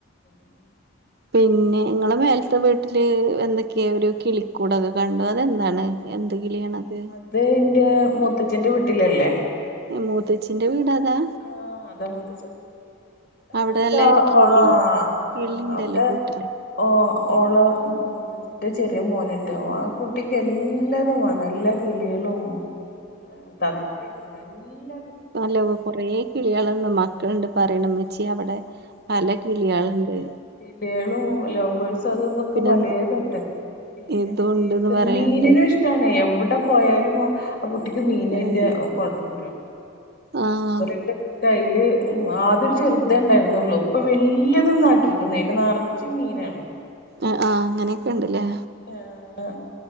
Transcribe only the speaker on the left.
<inaudible>
അത് ഇന്റെ മുത്തച്ചി വീട്ടിലല്ലേ
ആഹ് അതാ മൂത്തച്ചൻ <unintelligible>
ആ
അവുടെ
ഓ ഓള പോ ന്റെ ചെറിയ മോനുണ്ട്. ആ കുട്ടിക്ക് എല്ലാതും വേണം എല്ലാ കിളികളും ആ തത്തിം നല്ല
പില്ലകളും ലോകേൾസ അത ഇതൊക്കെ
പലതുണ്ട് പിന്നെയാണെങ്കി
മീനിനും ഇഷ്ടാണ് എവിടെ പോയാലും ആഹ് കുട്ടിക്ക് മീനേന്റെ
കൊഴപ്പണ്ടൊ
ടുത്തിട്ട അതില് ആദ്യോരു ചെറുതെ ണ്ടായിരുന്നുള്ളു ഇപ്പൊ വലിയതൊന്നാക്കീക്ക്ണ് അതിൽ റച്ചും മീനാണ്
ആഹ്